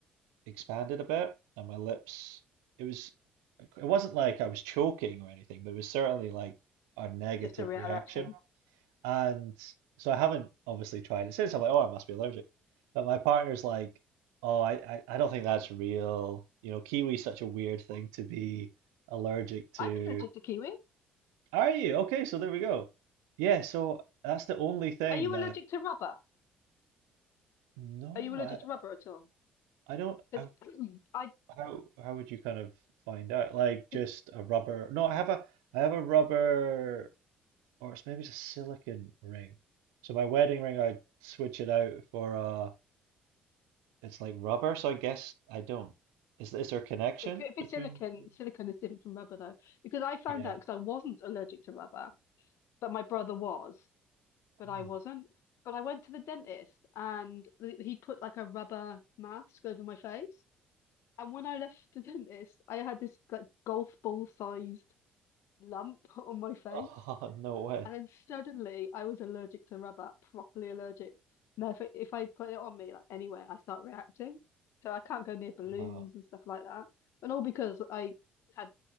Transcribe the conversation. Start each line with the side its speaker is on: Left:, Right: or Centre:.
Right: expanded a bit and my lips it was it wasn't like I was choking or anything but it was certainly like a negative
Left: Just a reaction.
Right: reaction And so I haven't obviously tried it since. I'm like, oh, I must be allergic. But my partner's like, oh, I, I, I don't think that's real. You know, kiwi's such a weird thing to be allergic to.
Left: I'm allergic to kiwi.
Right: Are you? Okay, so there we go. Yeah, so that's the only thing
Left: Are you
Right: that,
Left: allergic to rubber?
Right: no,
Left: Are you allergic
Right: I,
Left: to rubber at all?
Right: I don't,
Left: Because
Right: I,
Left: <clears throat> I,
Right: how, how would you kind of find out? Like just
Left: cause
Right: a rubber, no, I have a, I have a rubber, or it's maybe it's a silicon ring. So my wedding ring, I switch it out for a, It's like rubber, so I guess I don't. Is is there a connection
Left: it could- if it's
Right: between
Left: silicon,
Right: you?
Left: silicon is different from rubber though. Because I found
Right: Yeah.
Left: out because I wasn't allergic to rubber, but my brother was, but
Right: Ah.
Left: I wasn't. But I went to the dentist and th- he put like a rubber mask over my face. And when I left the dentist, I had this like golf ball sized lump on my face.
Right: Oh, <laughs> no way.
Left: And then suddenly I was allergic to rubber, properly allergic. Now if I, if I put it on me like anywhere, I start reacting. So I can't go near balloons
Right: Wow.
Left: and stuff like that. And all because I had